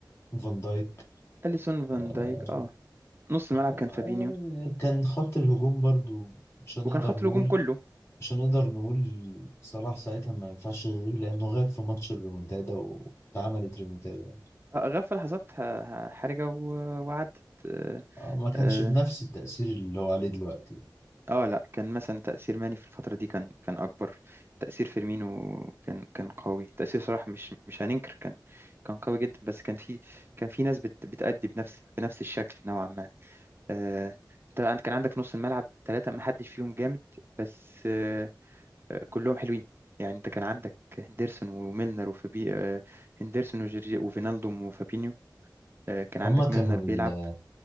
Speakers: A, on the left; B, on the right.
A: فان دايك
B: أليسون فان
A: آه،
B: دايك اه نص الملعب
A: آه،
B: كان فابينيو
A: كان خط الهجوم برضه مش هنقدر
B: وكان خط
A: نقول
B: الهجوم كله
A: مش هنقدر نقول صلاح ساعتها ما ينفعش يغيب لأنه غاب في ماتش الريمونتادا واتعملت ريمونتادا يعني.
B: آه، غاب في لحظات ح- ح- حرجة و- وعدت آه،
A: آه، ما كانش
B: آه،
A: بنفس التأثير اللي هو عليه دلوقتي يعني.
B: اه لا كان مثلا تأثير ماني في الفترة دي كان كان أكبر تأثير فيرمينو كان كان قوي تأثير صلاح مش مش هننكر كان كان قوي جدا بس كان في كان في ناس بت بتأدي بنفس بنفس الشكل نوعا ما آه انت عند- كان عندك في نص الملعب ثلاثة ما حدش فيهم جامد بس آه آه، كلهم حلوين يعني انت كان عندك هندرسون وميلنر وفابي آه هندرسون وجورجي وفينالدوم وفابينيو آه كان عندك
A: هما كانوا
B: ميلنر بيلعب
A: ال-